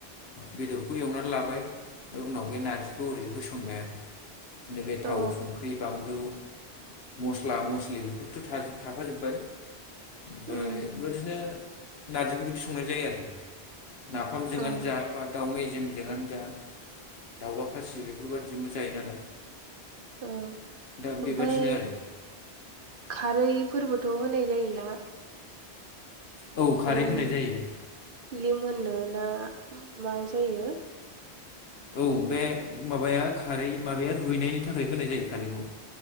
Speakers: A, on the left (about 70°); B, on the right (about 60°).
A: बेदरखौ एवनानै लाबाय ओमफ्राय उनाव बे नारजिखौ ओरै होसनबाय आरो बिदिनो बे थाव
B: औ
A: संख्रि बानलु मस्ला मस्लि बेफोरथ' थाफाजोब्बाय ओमफ्राय
B: उम
A: बेबायदिनो नारजिखौ बिदि संनाय जायो आरो नाफामजोंआनो
B: औ
A: जा बा दाउ मेजेमजोंआनो जा दाउला खासि बेफोरबायाददिजोंबो जायो नालाय
B: औ ओमफ्राय
A: दा बेबादिनो आरो
B: खारैफोरबोथ' होनाय जायोना
A: औ
B: बिदिनो
A: खारै होनाय जायो
B: लिमोननो ना मा जायो
A: औ बे माबाया खारै माबाया रुइनायनि थाखाय होनाय जायो खारैखौ